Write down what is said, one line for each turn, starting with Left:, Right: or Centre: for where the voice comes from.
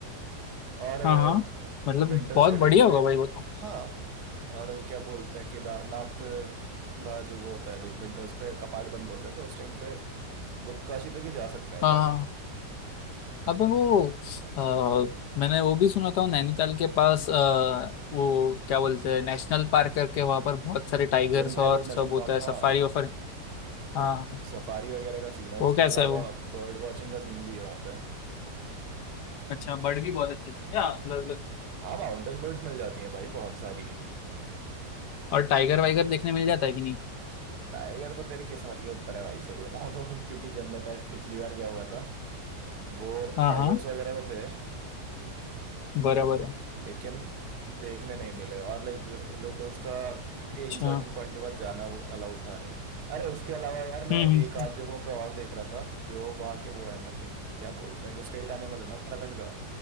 Right: और
Left: हाँ हाँ मतलब
Right: विंटर्स
Left: बहुत
Right: के टाइम
Left: बढ़िया
Right: पे
Left: होगा भाई वो तो
Right: हाँ और क्या बोलते हैं केदारनाथ का जो वो होता है लाइक विंटर्स पे कपाट बंद होते हैं तो उस टाइम पे गुप्त काशी तक ही जा सकते हैं
Left: हाँ
Right: शायद
Left: हाँ अबे वो अ, मैंने वो भी सुना था नैनीताल के पास आ, वो क्या बोलते हैं नेशनल पार्क करके वहां पर बहुत सारे टाइगर्स
Right: जिम
Left: और
Right: कॉर्बेट
Left: सब
Right: नेशनल
Left: होता
Right: पार्क
Left: है सफारी
Right: हाँ
Left: वफारी हाँ हाँ।
Right: सफारी वगैरह का सीन है
Left: वो
Right: उसके
Left: कैसा
Right: अलावा
Left: है वो
Right: बर्ड वॉचिंग का सीन भी है वहाँ पे
Left: अच्छा बर्ड भी बहुत अच्छे थे क्या अलग अलग
Right: हाँ माउंटेन बर्ड्स मिल जाती हैं भाई बहुत सारी
Left: और टाइगर वाइगर देखने मिल जाता है कि नहीं
Right: टाइगर तो तेरी किस्मत के ऊपर है भाई सही बताऊं तो <laughs> क्योंकि जब मैं पह- पिछली बार गया हुआ था वो
Left: हाँ
Right: टाइगर्स
Left: हाँ
Right: वगैरह तो थे
Left: बराबर है
Right: लेकिन देखने नहीं मिले और लाइक लोकल्स का
Left: अच्छा
Right: एक सर्टेन पॉइंट के बाद जाना वो अलाउड था नहीं अरे उसके अलावा यार मैं
Left: हम्म
Right: एक
Left: हम्म
Right: आध जगहों पे और देख रहा था जो वहाँ के वो है मतलब क्या बोलते हैं जो स्टेट एनिमल है ना उत्तराखंड का